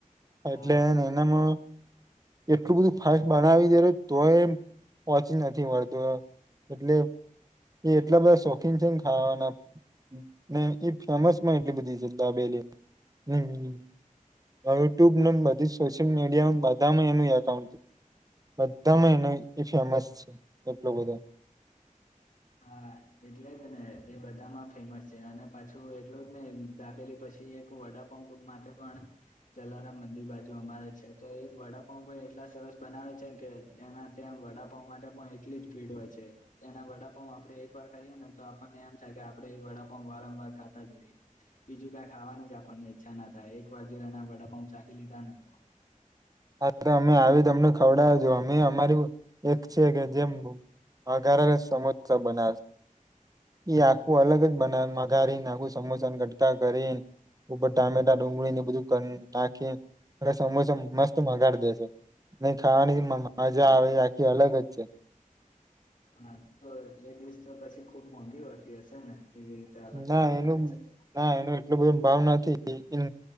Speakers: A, on the right; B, on the left.
A: એટલે
B: હા
A: એનામાં એટલું બધું ફાસ બનાવી દેલ તોયમ પહોચી નથી મળતું એટલે એ એટલા બધા શોખીન છે ને ખાવાના. ન ઈ ફેમસ માં એટલી બધી છે દાબેલી હમ યુટ્યુબને બધી જ સોશિયલ મીડિયામાં બધામાં એનું એકાઉન્ટ બધા એ ન એ ફેમસ છે એટલું બધું
B: હા એટલે જ ને એ બધામાં ફેમસ છે અને પાછું એટલું જ ને દાબેલી પછી. પછી એક વડાપાંઉ માટે પણ જલાર બંદી બાજુ અમારે છે તો એ વડાપાંઉ હો. એટલા સરસ બનાવે છે કે એના ત્યાં વડાપ માટે પણ એટલી જ ભીડ હોય છે એના વડા વપ આપડે એક વાર ખાઈએ ને તો આપણને એમ થાય કે આપણે એ વડાપા વારંવાર ખાતા જઈએ બીજું કઈ ખાવાનું છે આપણને ઈચ્છા ના થાય એક વાર જોના વડાપાઉ ચાખી લીધા ને તો
A: હા તો અમે આવી તમને ખવડાવજો અમે અમારી એક છે કે જેમ અગાર સમોસા બનાવે છે આખું અલગ જ બનાવે વઘારીને આખું સમોસન કટકા કરીને ઉપર ટામેટા ડુંગળી ને બધું નાખી સમોસા મસ્ત વ ગાડી દેશે નહી ખાવાની મજા આવે એ આખી અલગ જ છે
B: હા તો એ દિવસ તો પછી ખુબ મોંઘી હોતી હશે ને એવી રીતે અલગ
A: ના
B: જ બનાવે
A: એનું
B: છે તો
A: ના એનો એટલો બધો ભાવ નથી